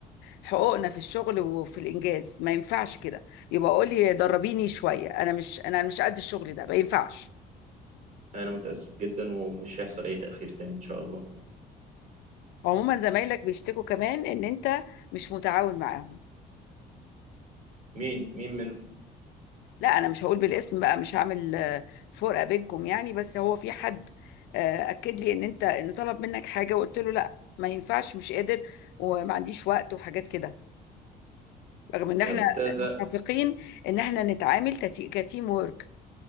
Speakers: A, on the left (about 80°); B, on the right (about 50°).
A: حقوقنا في الشغل وفي الانجاز ما ينفعش كده يبقى قول لي دربيني شوية انا مش انا مش قد الشغل ده ما ينفعش
B: انا متاسف جدا ومش هيحصل اي تاخير تاني ان شاء الله
A: عموما زمايلك بيشتكوا كمان ان انت مش متعاون معاهم
B: مين مين منهم
A: لا انا مش هقول بالاسم بقى مش هعمل آه، فرقه بينكم يعني بس هو في حد آه، اكد لي ان انت انه طلب منك حاجه وقلت له لا ما ينفعش مش قادر وما عنديش وقت وحاجات كده رغم ان احنا
B: يا استاذه
A: متفقين ان احنا نتعامل كتي- كتيم وورك